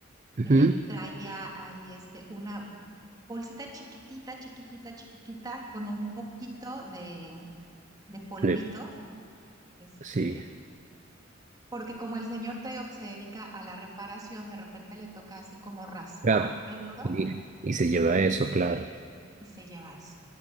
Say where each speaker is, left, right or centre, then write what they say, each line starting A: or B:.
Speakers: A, on the right; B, on the right.
A: Ujú.
B: eh, traía ahí este, una, bolsita chiquitita, chiquitita, chiquitita, con un poquito de, de polvito,
A: sí,
B: este,
A: sí,
B: porque como el señor te digo que se dedica a la reparación, de repente le toca así como raspar
A: claro.
B: el oro
A: Y, y se lleva
B: y,
A: eso,
B: de-
A: claro.
B: y se lleva eso,